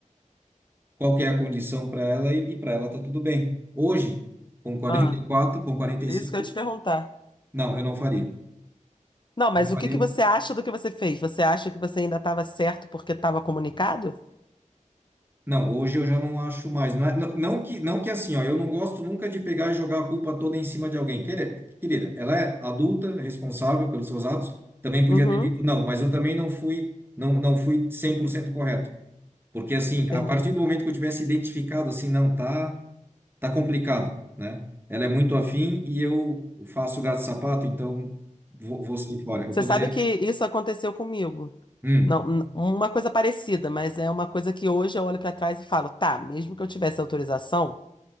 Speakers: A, on the right (about 15°); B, on the left (about 35°).
A: qual que é a condição para ela e, e para ela tá tudo bem. Hoje, com quarenta
B: Ah,
A: e quatro, com quarenta e
B: isso
A: cinco,
B: que eu ia te perguntar.
A: não, eu não faria.
B: Não, mas
A: Não faria.
B: o que que você acha do que você fez? Você acha que você ainda estava certo porque estava comunicado?
A: Não, hoje eu já não acho mais. Não, é- não, não que, não que assim, ó, eu não gosto nunca de pegar e jogar a culpa toda em cima de alguém. Querida, querida, ela é adulta, responsável pelos seus atos. Também podia
B: Uhum,
A: ter dito não, mas eu também não fui, não, não fui 100% correto. Porque assim,
B: entendi.
A: a partir do momento que eu tivesse identificado assim, não tá. tá complicado, né? Ela é muito afim e eu faço gato-sapato, então vou, vou sair fora. Eu
B: Você
A: poderia.
B: sabe que isso aconteceu comigo.
A: Hum,
B: Não, n- uma coisa parecida, mas é uma coisa que hoje eu olho para trás e falo, tá, mesmo que eu tivesse autorização,